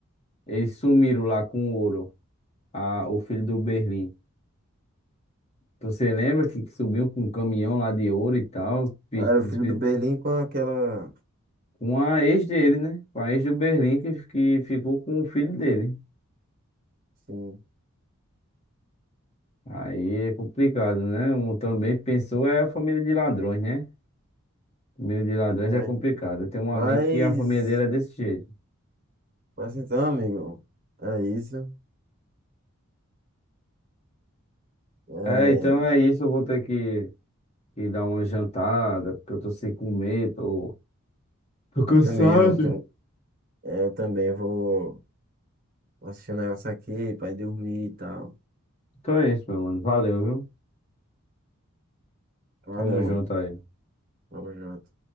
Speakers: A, on the left (about 30°); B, on the right (about 40°).
A: eles sumiram lá com o ouro, a, o filho do Berlim. Então, você lembra que, que subiu com um caminhão lá de ouro e tal, fiz-
B: Ah, Era
A: desfiz-
B: o filho do Berlim com aquela.
A: com a ex dele, né? Com a ex do Berlim que, que ficou com o filho dele.
B: Sim,
A: Aí é complicado, né? Um também pensou é a família de ladrões, né? Família de ladrões
B: é.
A: é complicado. Eu tenho um
B: Mas.
A: amigo que a família dele é desse jeito.
B: Mas então, amigo. É isso. É,
A: É, então é isso. Eu vou ter que, que dar uma jantada, porque eu tô sem comer, tô. Tô cansado.
B: eu também, eu, tô- é, eu também vou. Vou assistir um negócio aqui pra ir dormir e tal.
A: Então é isso, meu mano. Valeu, viu?
B: Valeu,
A: Tamo junto
B: mano.
A: aí.
B: Tamo junto.